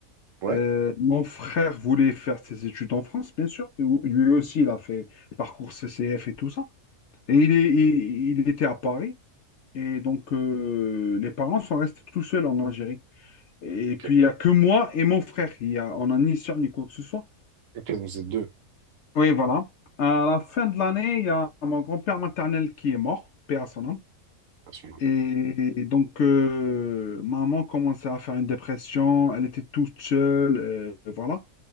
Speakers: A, on the right; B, on the left.
A: Ouais,
B: euh, mon frère voulait faire ses études en France, bien sûr. Et où- lui aussi, il a fait parcours CCF et tout ça. Et il, est, il, il était à Paris. Et donc, euh, les parents sont restés tout seuls en Algérie. Et
A: ok.
B: puis, il n'y a que moi et mon frère. Il y a, on n'a ni sœur ni quoi que ce soit.
A: Ok, donc vous êtes deux.
B: Oui, voilà. À la fin de l'année, il y a mon grand-père maternel qui est mort, père à son âme.
A: à ce moment
B: Et donc, euh, maman commençait à faire une dépression, elle était toute seule, euh, voilà.